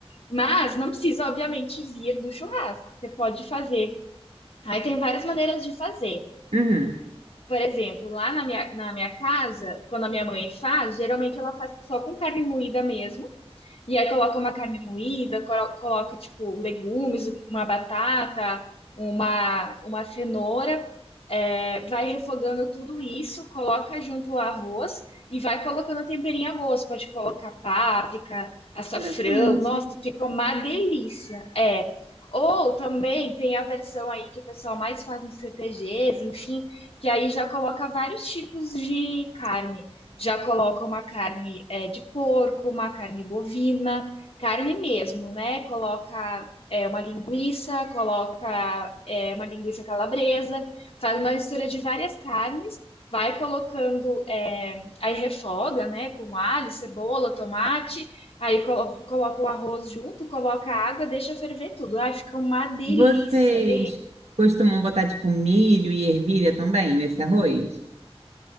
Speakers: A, on the left; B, on the right.
A: Mas não precisa, obviamente, vir do churrasco. Você pode fazer Aí tem várias maneiras de fazer.
B: uhum,
A: Por exemplo, lá na minha, na minha casa, quando a minha mãe faz, geralmente ela faz só com carne moída mesmo. E aí coloca uma carne moída, colo- coloca, tipo, legumes, uma batata, uma, uma cenoura, é, vai refogando tudo isso, coloca junto o arroz e vai colocando um temperinho a gosto. Pode colocar páprica, açafrão,
B: Interessante.
A: nossa, ficou uma delícia. É. Ou também tem a versão aí que o pessoal mais faz nos CTGs, enfim, que aí já coloca vários tipos de carne já coloca uma carne é, de porco, uma carne bovina, carne mesmo, né? Coloca é, uma linguiça, coloca é, uma linguiça calabresa, faz uma mistura de várias carnes, vai colocando, é, aí refoga, né? Com alho, cebola, tomate, aí colo- coloca o arroz junto, coloca a água, deixa ferver tudo. Ai, fica uma delícia,
B: Vocês
A: delícia.
B: costumam botar tipo milho e ervilha também nesse arroz?